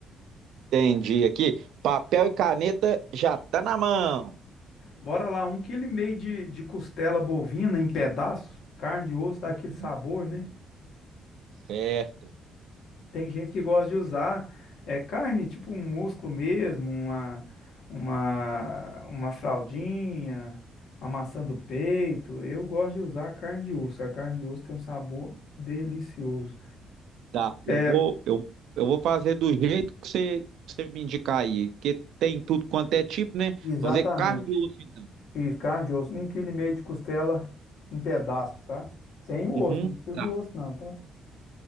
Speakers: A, on the right; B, on the left.
A: Entendi aqui. Papel e caneta já tá na mão.
B: Bora lá, um quilo e meio de, de costela bovina em pedaço, carne de osso dá
A: Uhum.
B: aquele sabor, né?
A: Certo.
B: Tem gente que gosta de usar é, carne, tipo um músculo mesmo, uma, uma, uma fraldinha, uma maçã do peito. Eu gosto de usar carne de osso. A carne de osso tem um sabor delicioso.
A: Tá, eu
B: É,
A: vou, eu, eu vou fazer do jeito que você, que você me indicar aí, porque tem tudo quanto é tipo, né?
B: Exatamente.
A: Vou fazer carne de osso, então.
B: Isso, carne de osso. Um quilo e meio de costela em pedaço, tá? Sem o
A: Uhum.
B: osso, não precisa
A: Tá,
B: do osso, não, tá?